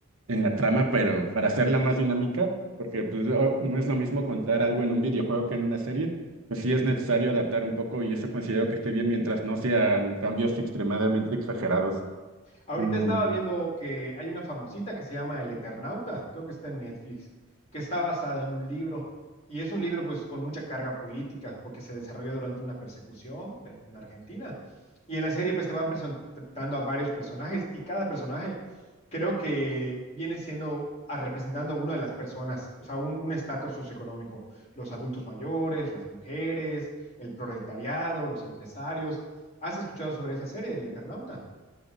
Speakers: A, on the right; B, on the left.
A: en la trama, pero para hacerla más dinámica, porque pues, o- no es lo mismo contar algo en un videojuego que en una serie, pues sí es necesario adaptar un poco y eso considero que esté bien mientras no sean cambios extremadamente exagerados.
B: Ahorita
A: Mm,
B: estaba viendo que hay una famosita que se llama El Eternauta, creo que está en Netflix, que está basada en un libro. Y es un libro pues con mucha carga política porque se desarrolla durante una persecución de- en Argentina. Y en la serie pues te van presentando a varios personajes y cada personaje creo que viene siendo a representando a una de las personas, o sea, un un estatus socioeconómico, los adultos mayores, las mujeres, el proletariado, los empresarios. ¿Has escuchado sobre esa serie, El Eternauta?